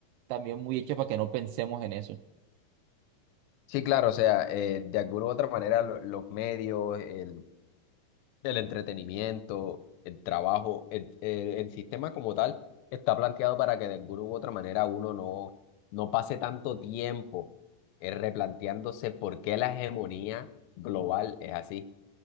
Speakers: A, on the right; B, on the left.
A: también muy hecha para que no pensemos en eso.
B: Sí, claro, o sea, eh, de alguna u otra manera lo- los medios, el, el entretenimiento, el trabajo, el, el- el sistema como tal está planteado para que de alguna u otra manera uno no, no pase tanto tiempo eh, replanteándose por qué la hegemonía global es así.